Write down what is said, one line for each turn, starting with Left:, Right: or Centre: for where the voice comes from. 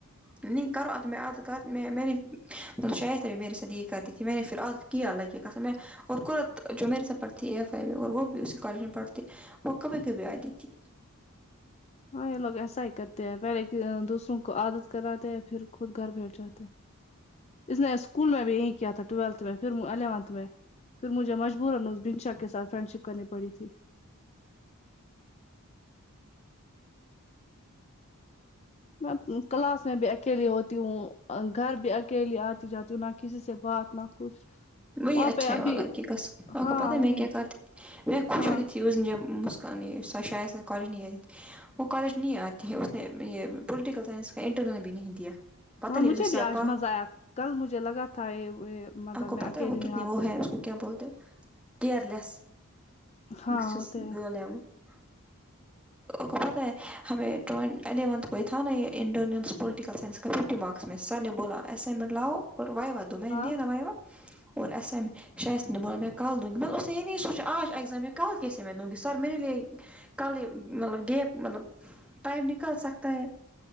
Centre: نہیں کرو آ میں اد کر میں نے شاید تھا میرے ساتھ یہ کرتی تھی میں نے پھر ا کیا اللہ کی قسم ہے اور قرت جو میرے سے پڑھتی ہے اے ایف آئی میں اور وہ بھی اسی کالج میں پڑھتی وہ کبھی کبھی آتی تھی
Left: ہاں یہ لوگ ایسا ہی کرتے ہیں پہلے دوسروں کو عادت کراتے ہیں پھر خود گھر بیٹھ اہ اس نے اسکول میں بھی یہی کیا تھا ٹویلتھ میں پھر الیونتھ میں پھر مجھے مجبورا اس بنشا کے ساتھ فرینڈ شپ کرنی پڑے گی میں کلاس میں بھی اکیلی ہوتی ہوں گھر بھی اکیلی آتی جاتی ہوں نہ کسی سے بات نہ کچھ
Centre: وہ
Left: وہاں
Centre: اچھا
Left: پہ ابھی
Centre: ہے والا کی قسم آپ
Left: ہاں
Centre: کو پتہ
Left: وہیں
Centre: میں کیا کر میں خوشی
Left: ہاں
Centre: ہوتی تھی سو شائےید س کالجنی ہے <unintelligible> وہ کالج نہیں آتے ہیں اس نے یہ پولیٹیکل سائنس کا انٹرنل بھی نہیں دیا پتہ
Left: ہاں
Centre: نہیں
Left: مجھے
Centre: اسے
Left: بھی
Centre: سر
Left: آج
Centre: پا
Left: مزہ آیا کل مجھے لگا تھا یہ یہ مطلب
Centre: آپ کو
Left: میں
Centre: پتہ
Left: اکیلی
Centre: ہے وہ
Left: ہوں
Centre: کتنی
Left: یہاں
Centre: وہ
Left: پہ
Centre: ہے اس کو کیا بولتے ہیں کیئر لیس
Left: ہاں
Centre: <unintelligible>
Left: ہوتے ہے
Centre: کو پتہ ہے ہمیںٹ الیونتھ کو تھا نا یہ and political science fifty marks میں سر نے بولا ایسائنمنٹ لاو اور وای وا دو میں
Left: ہاں
Centre: نے دیا نا وائی وا اور ایسے میں شاید اس نے بولا میں کل دونگی مگر اسنے یہ نہیں سونچا آج ایگزام ہے میں کل کیسے میں دنگی سر میرے لیے کل یہ ملب گیپ ملب ٹائم نکال سکتا ہے